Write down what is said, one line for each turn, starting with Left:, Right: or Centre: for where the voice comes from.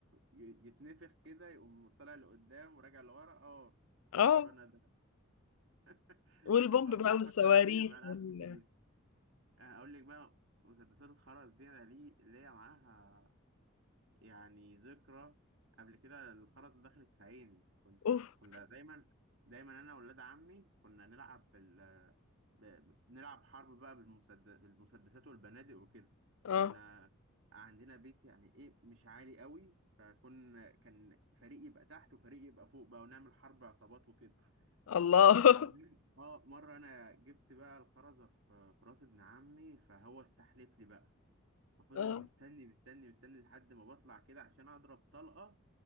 Right: ي- يتنفخ كده يقوم طالع لقدام وراجع لورا اه
Left: <laughs> اه
Right: فاكره انا <laughs>
Left: والبومب
Right: والله
Left: بقى والصواريخ
Right: فكرتيني بألعاب
Left: وال...
Right: كتير آه، أقول لك بقى مسدسات الخرز دي أنا لي ليا معاها يعني ذكرى قبل كده الخرز دخلت في عيني كنت
Left: أوف
Right: كنا دايما دايما أنا وولاد عمي كنا نلعب بال ب... ب- نلعب حرب بقى بالمسد... بالمسدسات والبنادق وكده
Left: اه
Right: كنا عندنا بيت يعني إيه مش عالي قوي فكنا كان فريق يبقى تحت وفريق يبقى فوق بقى ونعمل حرب عصابات وكده
Left: الله
Right: فالمهم اه مره انا جبت بقى الخرزه في في راس ابن عمي فهو استحلف لي بقى
Left: <laughs>
Right: ففضل
Left: اه
Right: مستني مستني مستني لحد ما بطلع كده عشان اضرب طلقه